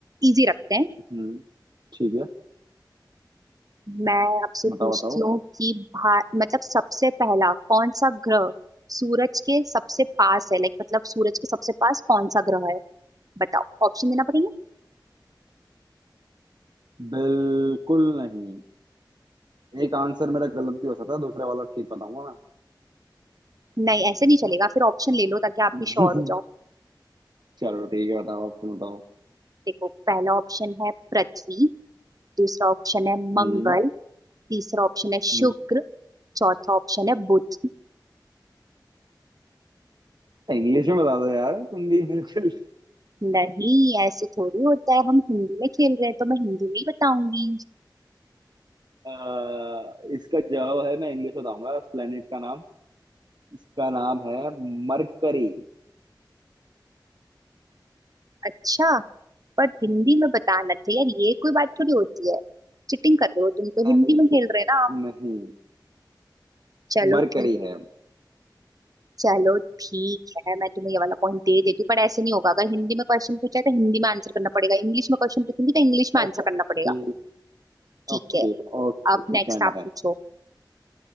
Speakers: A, on the right; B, on the right.
A: इजी रखते हैं
B: हम्म ठीक है
A: मैं आपसे पूछती
B: बताओ बताओ
A: हूँ कि भा मतलब सबसे पहला कौन सा ग्रह सूरज के सबसे पास है लाइक मतलब सूरज के सबसे पास कौन सा ग्रह है बताओ ऑप्शन देना पड़ेगा
B: बिल्कुल नहीं एक आंसर मेरा गलत भी हो सकता है दूसरा वाला ठीक बताऊंगा
A: नहीं ऐसे नहीं चलेगा फिर ऑप्शन ले लो ताकि आप
B: मैं
A: भी श्योर हो
B: <laughs>
A: जाओ
B: चलो ठीक है बताओ आप तुम बताओ
A: देखो पहला ऑप्शन है पृथ्वी दूसरा ऑप्शन है
B: हम्म
A: मंगल तीसरा ऑप्शन है शुक्र
B: हम्म
A: चौथा ऑप्शन है बुध
B: इंग्लिश में बता दो यार तुम भी बिल्कुल
A: नहीं ऐसे थोड़ी होता है हम हिंदी में खेल रहे हैं तो मैं हिंदी में ही बताऊंगी
B: अह, इसका जवाब है मैं इंग्लिश बताऊंगा उस प्लेनेट का नाम इसका नाम है मरकरी
A: अच्छा पर हिंदी में बताना चाहिए यार ये कोई बात थोड़ी होती है चिटिंग कर रहे हो तुम तो
B: नहीं
A: हिंदी में खेल रहे हो ना
B: नहीं
A: चलो
B: मरकरी
A: ठीक
B: है
A: चलो ठीक है मैं तुम्हें ये वाला पॉइंट दे देती हूँ पर ऐसे नहीं होगा अगर हिंदी में क्वेश्चन पूछा है तो हिंदी में आंसर करना पड़ेगा इंग्लिश में क्वेश्चन पूछूंगी तो इंग्लिश में आंसर
B: Okay
A: करना पड़ेगा ठीक
B: Okay
A: है
B: okay
A: अब नेक्स्ट
B: Done
A: आप
B: done
A: पूछो